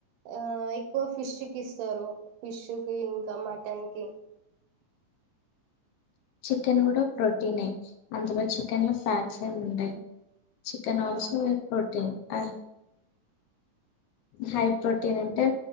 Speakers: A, on the right; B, on the left.
A: ఆ ఎక్కువ ఫిష్ కి ఇస్తారు ఫిష్ కి ఇంకా మటన్ కి
B: చికెన్ కూడా ప్రోటీనే అంతలో చికెన్ లో ఫ్యాట్స్ ఏమి ఉండయి చికెన్ ఆల్సో
A: ఆ
B: ప్రోటీన్ అ హై ప్రోటీన్ అంటే